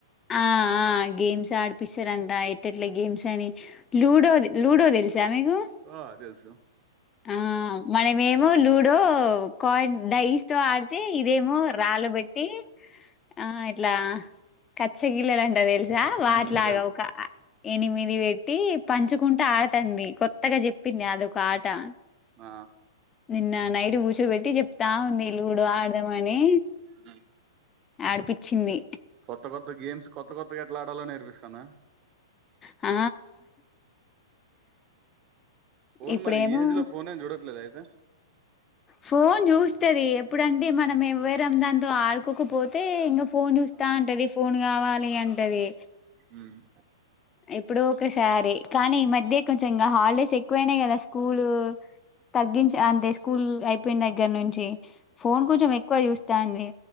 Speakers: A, on the left; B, on the right.
A: ఆ ఆ గేమ్స్ ఆడిపిస్తారంట, ఎట్లేట్ట గేమ్స్ అని లూడో లూడో తెలుసా మీకు.
B: ఆ దేలుసు
A: ఆ మనమేమో లూడో కాయిన్ డైస్ తో ఆడితే ఇదేమో రాళ్లుబెట్టి ఆ ఇట్లా కచ్ గిల్లడంట దేస్ల్ జా వాటిలాగా
B: మ్మ్ తెలుసు
A: ఒక ఎనిమిది వె ట్టి పంచుకుంట ఆడతుంది కొత్తగా చెప్ప పిన్య అదొక ఆ టా
B: ఆ
A: నిన్నా నైడు కూర్చోబె టి చెప్తా ఉంది లుడో ఆడదామ అని
B: ఉమ్.
A: ఆడిపిచ్చింది
B: కొత్త కొత్త గేమ్స్ కొత్త కొత్తగా ఎట్లా ఆడాలో నేర్పిస్తానా
A: ఆ
B: ఫోన్
A: ఇప్పుడేమో
B: మరి ఈ ఏజ్ లో ఫోనేం చూడట్లేదా దా
A: ఫోన్ చూస్తది ఎప్పుడంటే మనం ఎవ్వరం దాంతో ఆడుకోకపోతే ఇంగా ఫోన్ చూస్తా
B: ఆ
A: ఉంటది ఫోన్ గావాలి నీ అంటది
B: ఉమ్మ్
A: ఎప్పుడో ఒకసారి కానీ ఈ మధ్య కొంచెం గా, హాలిడేస్ ఎక్కువైనాయి కదా స్కూల్ తగ్గించ అంతే స్కూల్ అయిపోయిన్ దగ్గర నుంచి. ఫోన్ కొంచెం ఎక్కువ యుస్ తాన్వి